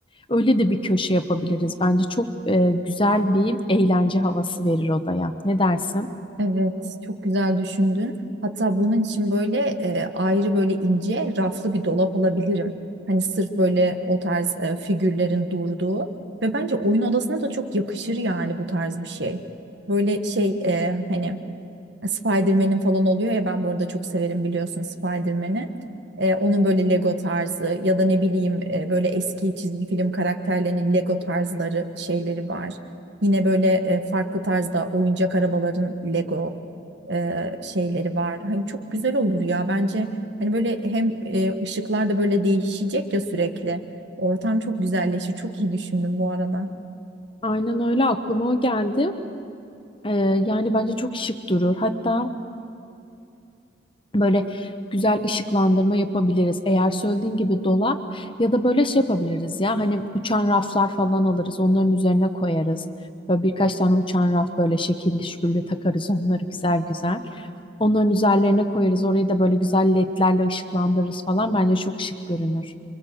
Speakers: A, on the left; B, on the right.
A: Öyle de bir köşe yapabiliriz. Bence çok e, güzel bir eğlence havası verir odaya. Ne dersin?
B: Evet, çok güzel düşündün. Hatta bunun için böyle e, ayrı böyle ince raflı bir dolap alabilirim. Hani sırf böyle o tarz e, figürlerin durduğu ve bence oyun odasına da çok yakışır yani bu tarz bir şey. Böyle şey e, hani e, Spider-Man'in falan oluyor ya ben bu arada çok severim biliyorsun Spider-Man'i. Ee, onun böyle Lego tarzı ya da ne bileyim e, böyle eski çizgi film karakterlerinin Lego tarzları şeyleri var. Yine böyle e, farklı tarzda oyuncak arabaların Lego e, şeyleri var. Hani çok güzel olur ya bence. Hani böyle hem e, ışıklar da böyle değişecek ya sürekli. Ortam çok güzelleşir. Çok iyi düşündüm bu arada.
A: Aynen öyle aklıma o geldi. Ee, yani bence çok şık durur. Hatta Böyle güzel ışıklandırma yapabiliriz. Eğer söylediğin gibi dolap ya da böyle şey yapabiliriz ya hani uçan raflar falan alırız onların üzerine koyarız. Böyle birkaç tane uçan raf böyle şekilli şükürlü takarız onları güzel güzel. Onların üzerlerine koyarız. Orayı da böyle güzel ledlerle ışıklandırırız falan. Bence çok şık görünür.